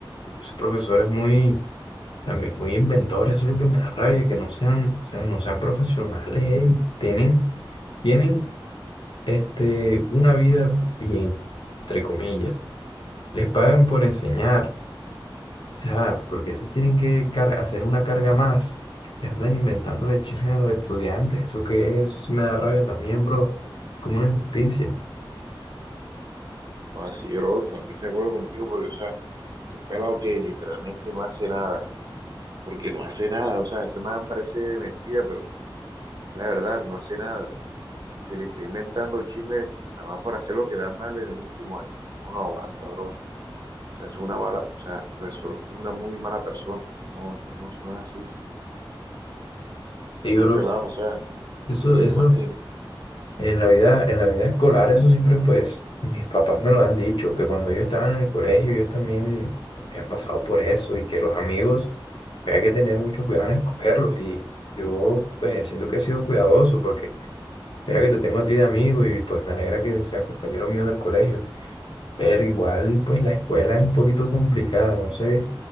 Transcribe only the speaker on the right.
o sea, sí, bro, totalmente de acuerdo contigo, porque, o sea, un pelado que literalmente no hace nada, porque no hace nada, o sea, ese man parece de mentira, pero la verdad, no hace nada. y que le esté inventando chisme nada más para hacer lo que da mal en el último año. No, no aguanta, bro. O sea, es una mala, o sea, pero es una muy mala persona. Eso no, eso no, eso no es así.
Por
el pelado, o sea,
oye,
él no hace,